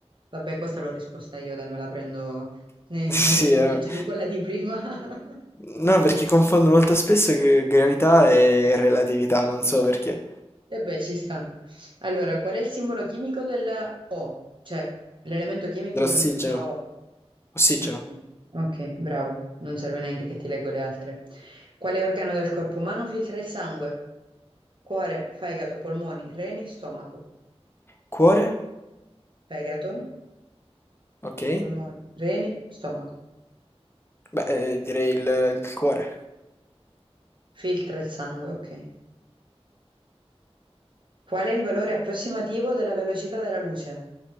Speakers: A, on the right; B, on the left.
A: Vabbè, questa l'ho risposta io, dai, me la prendo
B: <laughs>
A: nel,
B: Sì,
A: nel mio punteggio
B: è vero.
A: di quella di prima. <laughs>
B: No, perché confondo molto spesso che gravità e relatività, non so perché.
A: E beh, ci sta. Allora, qual è il simbolo chimico del O? Cioè, l'elemento chimico
B: Dell'ossigeno.
A: con il simbolo O.
B: Ossigeno.
A: Ok, ok, bravo. Non serve neanche che ti leggo le altre. Quale organo del corpo umano filtra il sangue? Cuore, fegato, polmoni, reni, stomaco.
B: Cuore?
A: Fegato,
B: Ok.
A: polmoni, reni, stomaco.
B: Beh, eh, direi il, il cuore.
A: Filtra il sangue, ok. Qual è il valore approssimativo della velocità della luce?